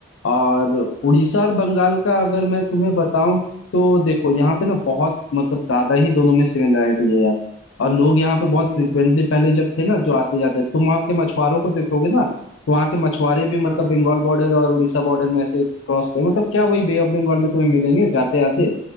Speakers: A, on the left; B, on the right.
A: और उड़ीसा और बंगाल का अगर मैं तुम्हें बताऊं तो देखो यहाँ पे ना बहुत मतलब ज्यादा ही दोनों में सिमिलरिटी है यार और लोग यहाँ पे बहुत
B: हम्म
A: फ्रिक्वेंटली पहले जब थे ना जो आते जाते तुम वहाँ के मछुआरों को देखोगे ना तो वहाँ के मछुआरे भी मतलब
B: हाँ हाँ
A: बंगाल बॉर्डर और उड़ीसा बॉर्डर में से क्रॉस कर मतलब क्या वही बे ऑफ बंगाल में तुम्हें मिलेंगे जाते आते